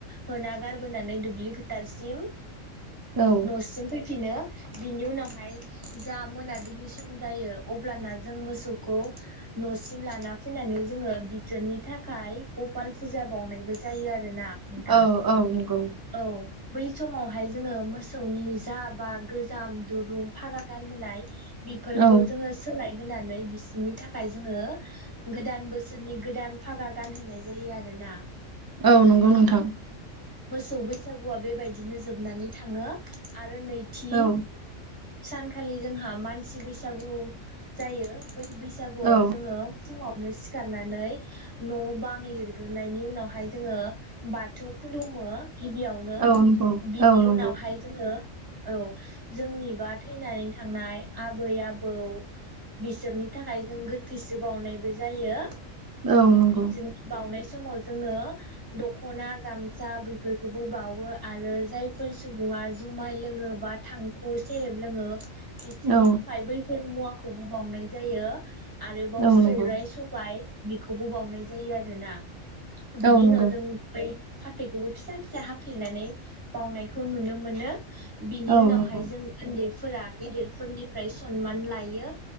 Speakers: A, on the right (about 15°); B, on the right (about 30°).
A: होना गारबोनानै दुब्लि फोथारसिम
B: औ
A: न'सिम फैफिनो बिनि उनावहाय जा मोनाबिलि सम जायो अब्लाना जों मोसौखौ न'सिम लाना फैनानै जोङो बिसोरनि थाखाय गपाल फुजा बावनायबो जायो आरो आरोना नोंथां
B: औ औ नंगौ
A: औ बै समावहाय जोङो मोसौनि जा बा गोजाम दुरुं फागा गानहोनाय बेफोरखौ
B: औ
A: जोङो सोलाय होनानै बिसोरनि थाखाय जोङो गोदान बोसोरनि गोदान फागा गान होनाय जायो आरो ना।
B: औ नंगौ नोंथां।
A: मोसौ बैसागुआ बेबायदिनो जोबनानै थाङो आरो। आरो नैथि
B: औ
A: सानखालि जोंहा मानसि बैसागु जायो। बै बैसागुआव
B: औ
A: जोङो फुङावनो सिखारनानै न' बां लिरग्रोनायनि उनावहाय जोङो बाथौ खुलुमो। गिबियावनो
B: औ नंगौ
A: बिनि
B: औ नंगौ
A: उनावहाय जोङो औ जोंनिबा थैनानै थांनाय आबै आबौ बिसोरनि थाखाय जों गोथैसि बावनायबो जायो
B: औ नंगौ
A: बिसोरनि बावनाय समाव जोङो द'खना गामसा बैफोरखौबो बाउओ आरो जायफोर सुबुं जुमाय लोङोब बा थांखु सेरेब लोङो बिसोरनि
B: औ
A: थाखाय बैफोर मुवाखौबो बावनाय जायो। आरोबाव
B: औ
A: सौराइ
B: नंगौ
A: सबाइ बेखौबो बाउनाय जायो आरोना। बिनि
B: औ नंगौ
A: न'जों फाथैखौबो फिसा फिसा हाफ्लेनानै बावनायखौ नुनो मोनो बिनि
B: औ
A: उनावहाय
B: नंगौ औ
A: जों उन्दैफोरा गेदेर फोरनिफ्राय सनमान लायो